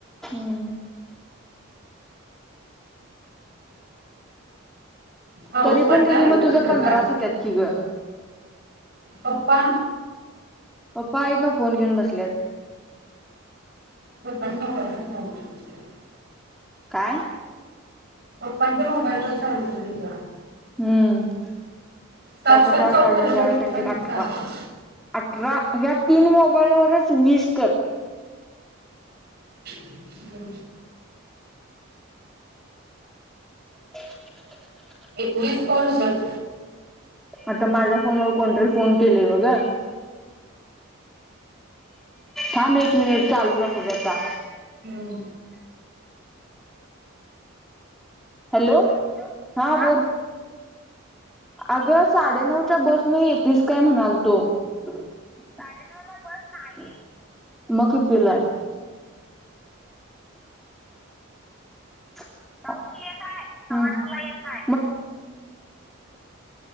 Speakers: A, in the centre; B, on the right.
A: हम्
B: पाऊस
A: तरी
B: पडला
A: पण दिदी
B: पाहिजे
A: म तुझं
B: तिकडं
A: पंधराच
B: काल
A: होतत. कि ग
B: पप्पा
A: पप्पा आहेत. ना फोन घेऊन बसल्यात
B: पंधरा हजारच काउंट केले.
A: काय
B: पप्पांच्या मोबाईलवर चालतील तिथ
A: हम्म
B: सात सात कॉल
A: शजनबाळ
B: झाले तरी
A: यांच्या
B: पण
A: अठरा
B: चालतं.
A: अठरा ह्या तीन मोबा <inaudible> लवर चस्कर
B: हॅलो
A: ह
B: पुलीस कोण हो कर
A: आता माझ्या फोनवर कोणतरी फोन केले बघा थांब एक मिनिट चालू का सोबता
B: होम
A: हॅलो हा बोल अगं साडे नऊच्या बस नाही येेतस काय म्हणाल तो साडे नऊ ला बस नाही मग कि पलायिती जाऊची आहे काय सव्वा नऊला एक आहे